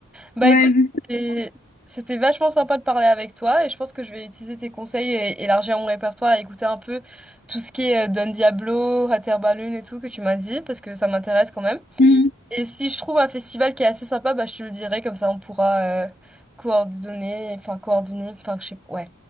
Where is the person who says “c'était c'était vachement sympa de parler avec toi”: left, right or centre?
Centre